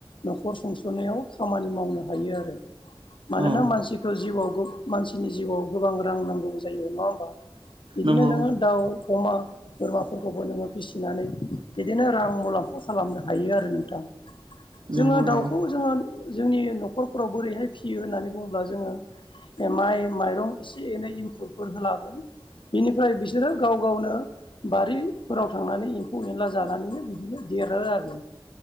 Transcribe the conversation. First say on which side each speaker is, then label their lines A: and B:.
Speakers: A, on the left; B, on the right.
A: न'खर संस'नायाव खामानि मावनो हायो आरो। मानोना
B: औ
A: मानसिखौ जिउआव मानसिनि जिउआव गोबां रां नांगौ जायो नङा होमबा? बिदिनो
B: नंगौ
A: नोङो दाउ, अमा, बोरमाफोरखौबो नोङो फिसिनानै बिदिनो रां मुलाम खौ खालामनो हायो आरो नोंथां।
B: नंगौ
A: जोङो
B: नंगौ
A: दाउखौ जोङो जोंनि न'खरफोराव बोरैहाय फियो होननानै बुङोब्ला जोङो माइ माइरं एसे एनै इंखुरफोर होनांगोन। बिनिफ्राय बिसोरो गाव गावनो बारिफोराव थांनानै एम्फौ एनला जानानैनो बिदिनो देरो आरो